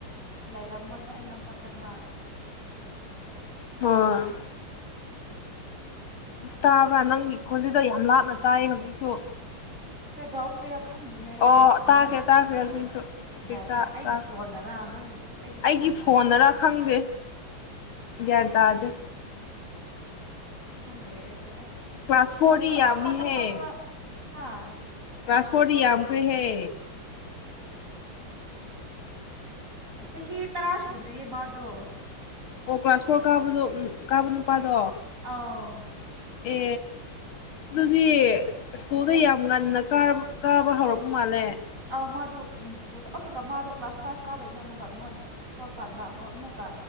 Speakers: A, on the right; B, on the left.
A: ꯑꯁ ꯂꯩꯔꯝꯃꯣꯏꯗ ꯑꯩꯅ ꯑꯃꯨꯛꯀ ꯈꯟꯕ
B: ꯑꯣ ꯇꯥꯕ꯭ꯔꯥ ꯅꯪꯒꯤ ꯈꯣꯟꯖꯤꯗꯣ ꯌꯥꯝ ꯂꯥꯞꯅ ꯇꯥꯏ ꯍꯧꯖꯤꯛꯁꯨ
A: ꯀꯩꯗꯧꯕꯒꯤꯔ ꯈꯪꯗꯦꯅꯦ ꯑꯩꯁꯨ
B: ꯑꯣ
A: ꯀꯃꯥꯏꯅ
B: ꯇꯥꯈ꯭ꯔꯦ
A: ꯇꯧꯕꯒꯤꯔ
B: ꯇꯥꯈ꯭ꯔꯦ ꯍꯧꯖꯤꯛꯁꯨ ꯍꯧꯖꯤꯛ
A: ꯒ꯭ꯌꯥꯟ ꯇꯥ ꯑꯩꯒꯤ
B: ꯇꯥꯈ꯭ꯔꯦ
A: ꯐꯣꯟꯅꯔ ꯅꯪꯒꯤ
B: ꯑꯩꯒꯤ
A: ꯐꯣꯟꯅꯔ
B: ꯐꯣꯟꯗꯔꯥ ꯈꯪꯗꯦ ꯒꯤꯌꯥꯟ ꯇꯥꯗꯦ
A: ꯈꯪꯗꯔꯦ ꯑꯩꯁꯨ ꯑꯁ
B: ꯀ꯭ꯂꯥꯁ
A: ꯐꯣꯟꯁꯨ
B: ꯐꯣꯔ ꯗꯤ ꯌꯥꯝꯃꯤꯍꯦ
A: ꯑꯄꯠ ꯑꯄꯠꯄ ꯍꯥ
B: ꯀ꯭ꯂꯥꯁ ꯐꯣꯔ ꯗꯤ ꯌꯥꯝꯈꯔꯦꯍꯦ
A: ꯆꯍꯤ ꯇꯔꯥ ꯁꯨꯗ꯭ꯔꯤꯌꯦ ꯃꯥꯗꯣ
B: ꯑꯣ ꯀ꯭ꯂꯥꯁ ꯐꯣꯔ ꯀꯥꯕꯗꯣ ꯎꯝ ꯀꯥꯕ ꯅꯨꯄꯥꯗꯣ
A: ꯑꯧ
B: ꯑꯦ ꯑꯗꯨꯗꯤ ꯁ꯭ꯀꯨꯜꯗ ꯌꯥꯝ ꯉꯟꯅ ꯀꯥ ꯀꯥꯕ ꯍꯧꯔꯛꯄ ꯃꯥꯜꯂꯦ
A: ꯑꯥ ꯃꯥꯗꯣ ꯁ꯭ꯀꯨꯜꯗꯣ ꯑꯃꯨꯛꯀ ꯃꯥꯗꯣ ꯀ꯭ꯂꯥꯁ ꯐꯥꯏꯚ ꯀꯥꯗꯣꯏꯅꯤ ꯑꯃꯨꯛꯀ ꯃꯣꯏꯅ ꯊꯣꯛꯀꯥꯟꯗ ꯑꯃꯨꯛ ꯑꯃꯨꯛꯀ